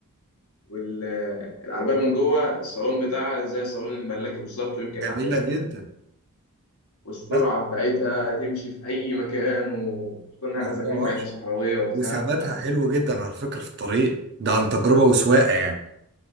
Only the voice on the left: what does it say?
والعربيه من جوه الصالون بتاعها زي صالون الملاكي بالظبط ويمكن
احدث كمان
والسرعه
بتاعتها تمشي في اي مكان وخصوصا ان احنا
ساكنين
في حته صحراويه وبتاع
ف